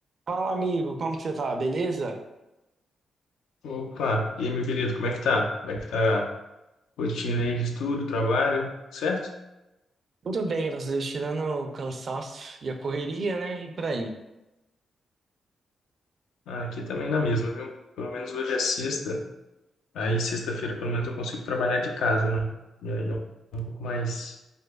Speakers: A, on the right (about 60°); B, on the left (about 80°).
A: Fala, amigo, como que você tá? Beleza?
B: Opa, e aí, meu querido, como é que tá? Como é que tá a rotina aí de estudo, trabalho, certo?
A: Tudo bem, graças a Deus, tirando o cansaço e a correria, né? E por aí. <laughs>
B: Ah, aqui também na mesma, viu? Pelo menos hoje é sexta, aí sexta-feira pelo menos eu consigo trabalhar de casa, né? E aí é um pouco mais,